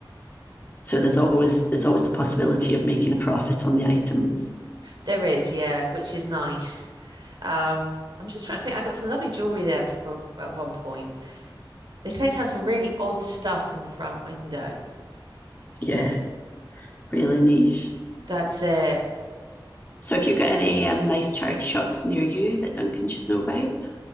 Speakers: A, on the left; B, on the right.
A: So there's always there's always the possibility of making a profit on the items.
B: There is, yeah, which is nice. Um, I'm just trying to think. I got some lovely jewelry there from at one point. They tend to have some really odd stuff in the front window.
A: Yes, really niche.
B: That's it.
A: So have you got any um, nice charity shops near you that Duncan should know about?